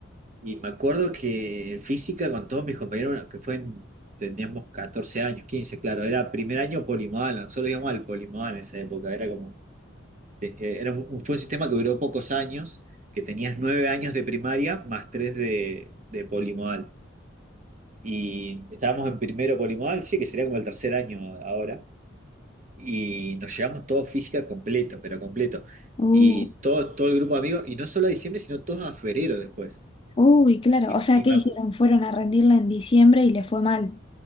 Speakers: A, on the right; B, on the left.
A: y me acuerdo que en física con todos mis compañeros, bueno, que fue en- teníamos 14 años, 15 claro, era primer año polimodal, nosotros íbamos al polimodal en esa época, era como te- eh, era un- fue un sistema que duró pocos años, que tenías nueve años de primaria más tres de, de polimodal. Y estábamos en primero polimodal, sí, que sería como el tercer año ahora. Y nos llevamos todo física completo, pero completo.
B: Uh,
A: Y todo, todo el grupo de amigos, y no solo a diciembre, sino todos a febrero después.
B: uy, claro.
A: Y,
B: O sea,
A: y
B: ¿qué
A: me
B: hicieron?
A: acu-
B: Fueron a rendirla en diciembre y le fue mal.